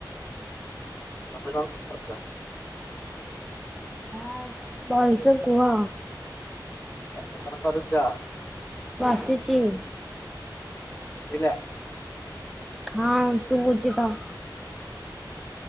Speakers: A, on the left; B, in the centre.
A: <unintelligible>
B: ଆରେ ଭଲସେ କୁହ?
A: ତମେ କଣ କରୁଚ?
B: ବସିଛି।
A: ଶୁଭିଲା?
B: ହଁ ଶୁବୁଛି କହ।